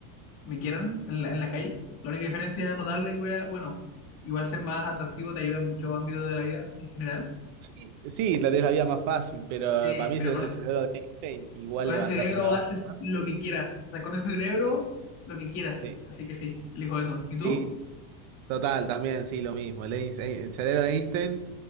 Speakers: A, on the left (about 35°); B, on the right (about 45°).
A: me quieran en la, en la calle. La única diferencia notable que voy a, bueno, igual ser más atractivo te ayuda en muchos ámbitos de la vida en general.
B: Sí, sí, la tenés la vida más fácil, pero
A: Sí,
B: para mí
A: pero
B: si tenés
A: con
B: el
A: ese,
B: cerebro de Einstein, igual
A: con
B: levantás
A: ese cerebro
B: una banda.
A: haces lo que quieras. O sea, con ese cerebro lo que quieras.
B: Sí,
A: Así que sí, elijo eso. ¿Y
B: sí,
A: tú?
B: total, también, sí, lo mismo. El, Einstein- el cerebro de Einstein.